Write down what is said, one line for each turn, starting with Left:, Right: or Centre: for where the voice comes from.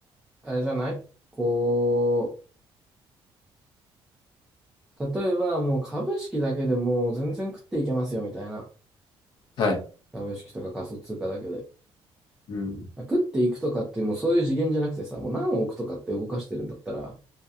Centre: あれじゃないこう、例えばもう株式だけでもう全然食っていけますよみたいな。
Left: はい。
Centre: 株式とか仮想通貨だけで。
Left: うん、
Centre: 食っていくとかってもうそういう次元じゃなくてさ、もう何億とかって動かしてるんだったら、